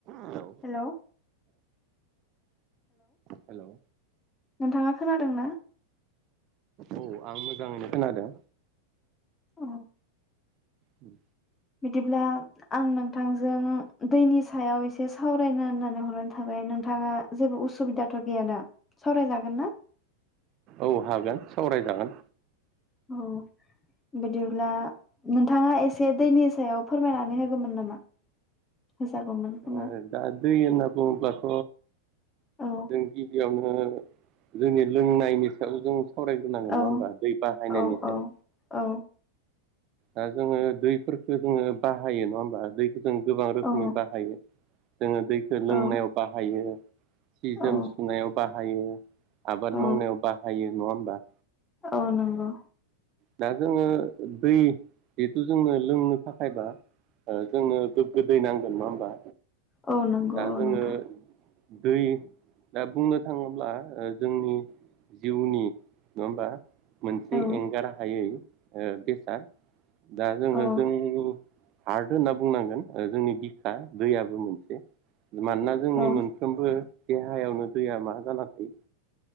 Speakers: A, on the right; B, on the left.
A: Hello
B: hello
A: hello
B: नोंथाङा खोनादों ना?
A: औ आं मोजाङैनो खोनादों।
B: औ
A: उम।
B: बिदिब्ला आं नोंथांजों दैनि सायाव एसे सावरायनो होननानै हरनाय थाबाय नोंथाङा जेबो उसुबिदा थ' गैया ना सावरायजागोन ना?
A: औ हागोन सावरायजागोन
B: औ बिदिब्ला नोंथाङा एसे दैनि सायाव फोरमायनानै होगोमोन नामा? होजागौमोन खोमा
A: ओ दा दै होनना बुङोब्लाथ'
B: औ
A: जों गिबियाव नो जोंनि लोंनायनि सायाव जों सावरायग्रोनांगोन
B: औ
A: नङा होमबा दै बाहायनायनि
B: औ
A: सायाव
B: औ औ।
A: दा जोङो दैफोरखो जोङो बाहायो नङा होमबा दै जों गोबां रोखोमै
B: औ
A: बाहायो। जोङो दैखौ लोंनायाव
B: औ
A: बाहायो। सि
B: औ
A: जोम सुनायाव बाहायो आबाद
B: औ
A: मावनायाव बाहायो। नङा होमबा।
B: औ नंगौ।
A: दा जोङो दै जिहेथु जोंनो लोंनो थाखायबा जोंनो गोग्गो दै नांगोन नङा होमबा?
B: औ नंगौ
A: दा
B: औ
A: जोङो
B: नोंथां।
A: दै दा बुंनो थाङोब्ला जोंनि जिउनि नङा होमबा मोनसे
B: औ
A: ए एंगार हायै ओ बेसाद। दा जोङो
B: औ
A: जोंनि हार्द होनना बुंनांगोन जोंनि बिखा दैयाबो मोनसे। मानोना जोंनि
B: औ
A: मोनफ्रोमबो देहायावनो दैया मा जाना थायो